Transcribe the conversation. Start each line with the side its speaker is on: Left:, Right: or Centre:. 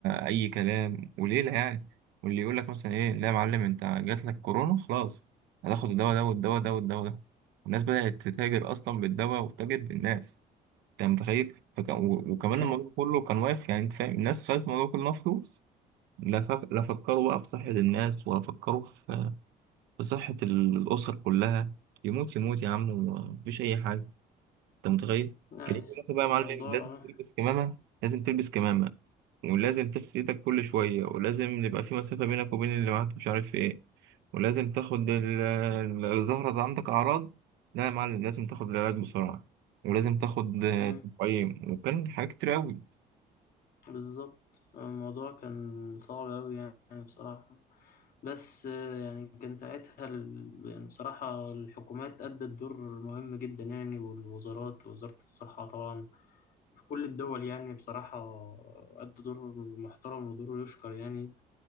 Right: اي كلام وليله يعني واللي يقول لك مثلا ايه لا يا معلم انت جات لك كورونا خلاص هتاخد الدواء ده والدواء ده والدواء ده الناس بدات تتاجر اصلا بالدواء وتتاجر بالناس انت متخيل فك... و- وكمان
Left: أيوة.
Right: الموضوع كله كان واقف يعني انت فاهم الناس خدت الموضوع كله فلوس لا ف... لا فكروا بقى في صحه الناس ولا فكروا في في صحه الاسر كلها يموت يموت يا عم ومفيش اي حاجه انت متخيل
Left: يعني
Right: كان يجي يقول لك بقى
Left: الموضوع
Right: يا معلم لازم
Left: آه،
Right: تلبس كمامه لازم تلبس كمامه ولازم تغسل ايدك كل شويه ولازم يبقى في مسافه بينك وبين اللي معاك مش عارف ايه ولازم تاخد ال- ال- الزهره ده عندك اعراض لا يا معلم لازم تاخد العلاج بسرعه ولازم تاخد آه،
Left: مم،
Right: تقييم وكان حاجات كتير قوي
Left: بالظبط الموضوع كان صعب أوي يعني بصراحة بس آه، يعني كان ساعتها ال- يعني بصراحة الحكومات أدت دور مهم جدا يعني والوزارات ووزارة الصحة طبعا في كل الدول يعني بصراحة أدوا دور محترم ودور يشكر يعني